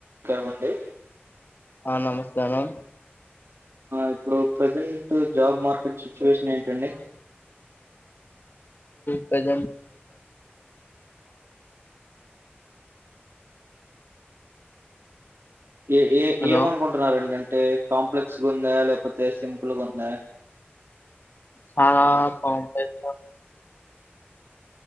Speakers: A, on the right (about 70°); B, on the left (about 50°).
A: కరవండి
B: ఆ నమస్కారం
A: ఇప్పుడు ప్రజెంట్ జాబ్ మార్కెట్ సిచ్యువేషన్ ఏంటండి
B: ప్రజ
A: ఏ ఏ
B: హలో
A: ఏమనుకుంటున్నారంటే అంటే కాంప్లెక్స్ గా ఉందాయా లేకపోతే సింపుల్గా ఉందా
B: సారా క పైస